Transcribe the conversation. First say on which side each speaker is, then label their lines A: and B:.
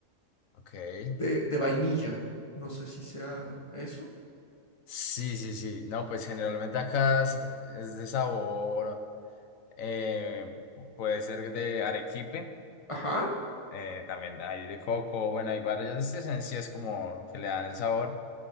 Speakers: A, on the left; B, on the left.
A: Ok.
B: de, de vainilla. No sé si sea eso.
A: Sí, sí, sí. No, pues generalmente acá es es de sabor, eh, puede ser de arequipe,
B: Ajá,
A: eh, también hay de coco, bueno, hay varias esencias como que le dan el sabor,